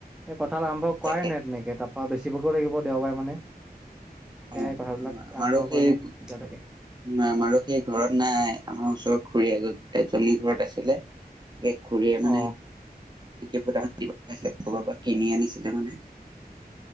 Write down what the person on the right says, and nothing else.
তাকে
অ,
আমাৰো
সেই
আমাৰো সেই ঘৰত নাই। আমাৰ ওচৰত খুড়ী এ গ এজনী ঘৰত আছিলে, গে খুৰীয়ে মানে
ফটাম দিবব পৰা কিনি আনিছিলে মানে।